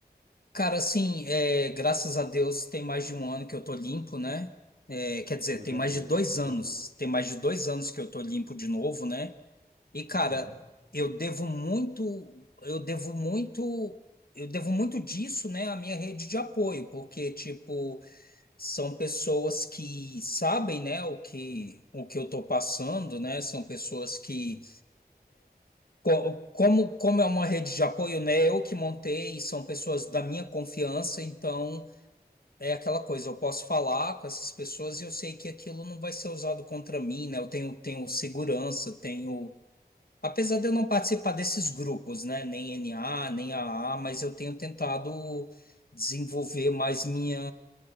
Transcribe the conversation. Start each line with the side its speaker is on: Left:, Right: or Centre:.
Left: Cara, assim, é, graças a Deus tem mais de um ano que eu tô limpo, né? É, quer dizer,
Right: Coisa
Left: tem mais
Right: boa,
Left: de dois
Right: coisa
Left: anos.
Right: boa.
Left: Tem mais de dois anos que eu tô limpo de novo, né? E, cara,
Right: Amém.
Left: eu devo muito, eu devo muito, eu devo muito disso, né, à minha rede de apoio, porque, tipo, são pessoas que sabem, né, o que, o que eu tô passando, né? São pessoas que. co- Como, como é uma rede de apoio, né? Eu que montei, são pessoas da minha confiança, então. É aquela coisa, eu posso falar com essas pessoas e eu sei que aquilo não vai ser usado contra mim, né? Eu tenho, tenho segurança, tenho. Apesar de eu não participar desses grupos, né? Nem NA, nem a a mas eu tenho tentado desenvolver mais minha,